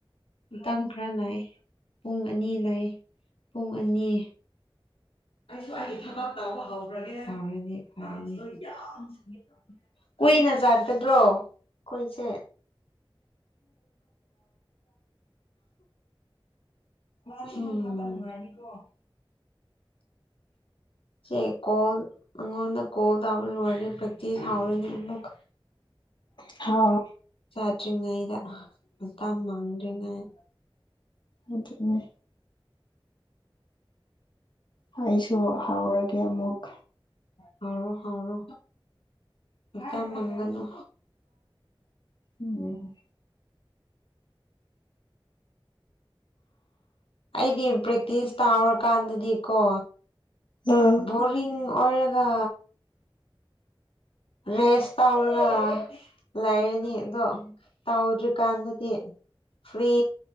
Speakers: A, on the left; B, on the left.
A: ꯇꯝ ꯈꯔ ꯂꯥꯏ ꯄꯨꯡ ꯑꯅꯤ ꯂꯩ ꯄꯨꯡ ꯑꯅꯤ <unintelligible> ꯀꯨꯏꯅ ꯆꯥꯠꯀꯗ꯭ꯔꯣ ꯈꯣꯏꯁꯦ ꯎꯝ ꯁꯦ ꯀꯣꯜ ꯑꯩꯉꯣꯟꯗ ꯀꯣꯜ ꯇꯥꯕ ꯂꯣꯏꯔꯦ ꯄ꯭ꯔꯦꯛꯇꯤꯁ ꯍꯥꯎꯔꯤꯅꯤ ꯑꯃꯨꯛ ꯀ
B: ꯍꯥꯎ
A: ꯆꯥꯠꯗꯔ꯭ꯤꯉꯩꯗ ꯃꯇꯝ ꯃꯥꯡꯗ꯭ꯔꯤꯉꯥꯏ
B: ꯑꯗꯨꯅꯦ ꯍꯥꯏꯁꯨ ꯍꯥꯎꯔꯒꯦ ꯑꯃꯨꯛ
A: ꯍꯧꯔꯣ ꯍꯥꯎꯔꯣ ꯃꯇꯝ ꯃꯥꯉꯟꯅꯨ
B: ꯎꯝ
A: ꯑꯩꯗꯤ ꯄ꯭ꯔꯦꯛꯇꯤꯁ ꯇꯥꯎꯔ ꯀꯥꯟꯗꯗꯤꯀꯣ
B: ꯎꯝ
A: ꯕꯣꯔꯤꯡ ꯑꯣ ꯑꯣꯏꯔꯒ ꯔꯦꯁ ꯇꯧꯔꯒ ꯂꯩꯔꯅꯤ ꯑꯗꯣ ꯇꯧꯗ꯭ꯔꯤꯀꯥꯟꯗꯗꯤ ꯐ꯭ꯔꯤ